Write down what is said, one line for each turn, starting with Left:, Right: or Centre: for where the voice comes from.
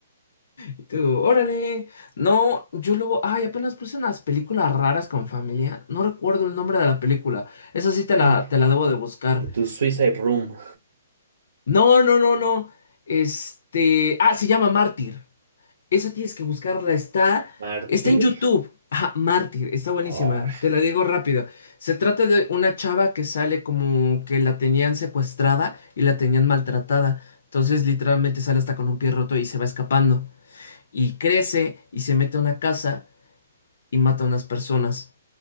Left: Y tú, órale. No, yo luego, ay, apenas puse unas películas raras con familia. No recuerdo el nombre de la película. Esa sí te la,
Right: Y
Left: te la debo de buscar.
Right: tu Suicide Room.
Left: No, no, no, no. Este, ah, se llama Mártir. Esa tienes que buscarla. Está,
Right: ¿Mártir?
Left: está en YouTube. Ah, Mártir, está buenísima.
Right: Ah,
Left: Te la digo rápido. Se trata de una chava que sale como que la tenían secuestrada y la tenían maltratada. Entonces, literalmente sale hasta con un pie roto y se va escapando. Y crece y se mete a una casa y mata a unas personas